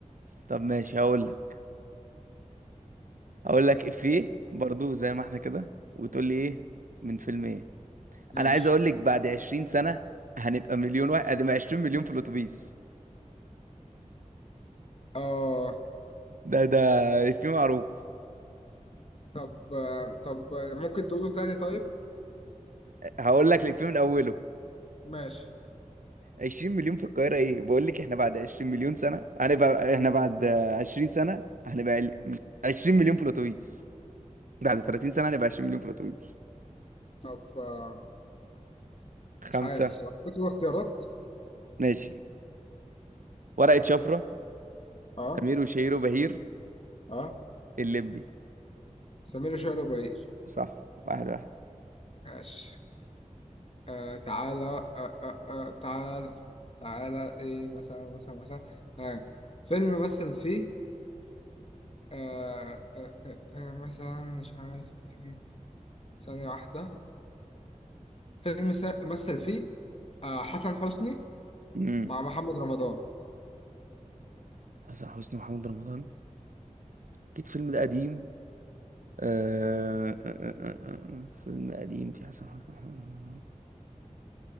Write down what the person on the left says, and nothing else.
ماشي
اه
طب آه، طب آه، ممكن تقوله تاني طيب
ماشي
طب آه،
مش عارف صراحة بتقول اختيارات
اه
اه
سمير وشهير وبهير
ماشي آه تعالى آه آه آه تعالى تعالى ايه مثلا مثلا مثلا آه. فيلم مثل فيه آه آه آه آه مثلا مش عارف ايه ثانية واحدة فيلم سا- مثل فيه آه، حسن حسني
مع محمد رمضان